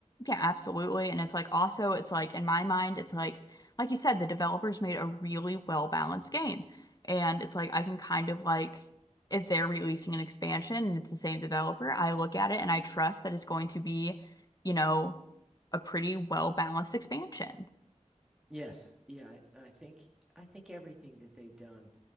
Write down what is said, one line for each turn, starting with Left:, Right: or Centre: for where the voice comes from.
Left: Yeah, absolutely. And it's like also, it's like in my mind, it's like, like you said, the developers made a really well balanced game. And it's like, I can kind of like, if they're releasing an expansion and it's the same developer, I look at it and I trust that it's going to be, you know, a pretty well balanced expansion.
Centre: Yes. Yeah, I, I think I think everything that they've done.